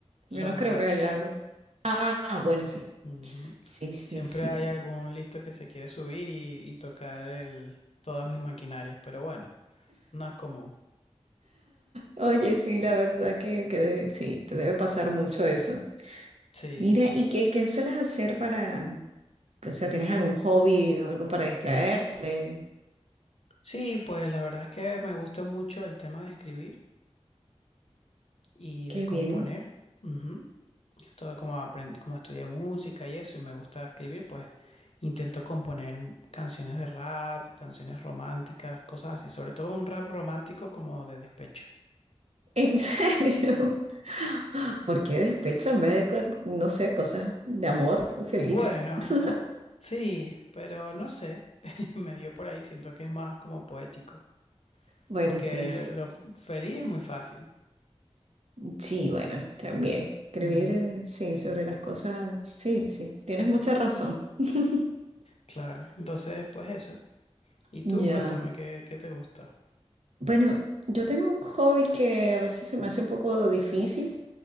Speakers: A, on the left; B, on the right.
A: los
B: Yo no
A: borrachos.
B: creo que haya algo. Ah, bueno, sí.
A: Ujú.
B: Sí, sí,
A: Siempre
B: sí,
A: hay
B: sí.
A: algún listo que se quiere subir y, y tocar el, todas mis maquinarias, pero bueno, no es común.
B: Oye, sí, la verdad que, que de- sí, te debe pasar mucho eso.
A: Sí.
B: Mira, ¿y qué, qué sueles hacer para, pues, o sea, tienes algún hobby o algo para distraerte?
A: Sí, pues la verdad es que me gusta mucho el tema de escribir y
B: Qué
A: de componer.
B: bien.
A: Ujú. Esto como aprendí, como estudié música y eso, y me gusta escribir, pues intento componer canciones de rap, canciones románticas, cosas así, sobre todo un rap romántico como de despecho.
B: ¿En serio? <laughs> ¿Por qué despecho en vez de, co- no sé, cosas de amor felices?
A: Bueno,
B: <laughs>
A: no, sí, pero no sé, <laughs> me dio por ahí, siento que es más como poético,
B: Bueno,
A: porque
B: sí, s-
A: lo f- feliz es muy fácil.
B: sí, bueno, también. Escribir,
A: Ujú,
B: eh, sí, sobre las cosas, sí, sí, tienes mucha razón. <laughs>
A: claro, entonces pues eso. Y tú
B: Ya.
A: cuéntame qué, qué te gusta.
B: Bueno, yo tengo un hobby que a veces se me hace un poco difícil